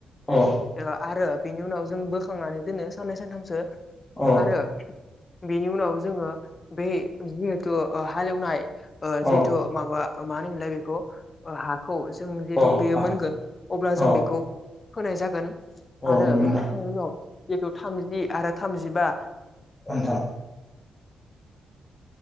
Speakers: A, on the left (about 25°); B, on the left (about 40°).
A: अ
B: ओ आरो बेनि उनाव जों बोखांनानै दोनो साननै सानथामसो
A: अ
B: आरो बेनि उनाव जोङो बै जिहेथु हालेवनाय ओ
A: अ
B: जि माबा मा होनो मोनलाय बेखौ हाखौ जों जिहेतु
A: अ
B: बेयो
A: अ
B: मोनगोन अब्ला जों
A: अ
B: बेखौ फोनाय जागोन
A: औ
B: आरो
A: नंगौ
B: बे
A: नोंथां
B: फोखांनायनि उनाव जिहेथु थामजि आरो थामजिबा
A: अनथा